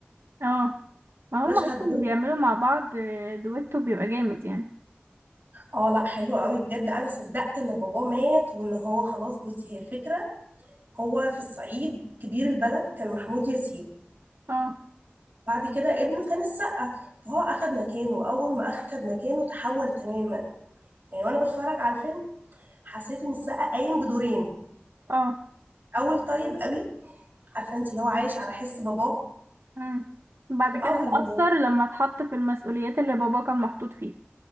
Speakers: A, on the right; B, on the right.
A: اه ما
B: مشهد
A: هم اصلا بيعملوا مع بعض دويتو بيبقى جامد يعني
B: اه لا حلو قوي بجد انا صدقت ان باباه مات وان هو خلاص بصي هي الفكره هو في الصعيد كبير البلد كان محمود ياسين
A: اه
B: بعد كده ابنه كان السقا فهو اخد مكانه اول ما اخد مكانه تحول تماما يعني وانا بتفرج على الفيلم حسيت ان السقا قايم بدورين
A: اه
B: اول طيب قوي عارفه انت اللي هو عايش على حس باباه
A: مم. بعد
B: واول
A: كده
B: ما
A: اتأثر
B: هو
A: لما اتحط في المسؤوليات اللي بابا كان محطوط فيها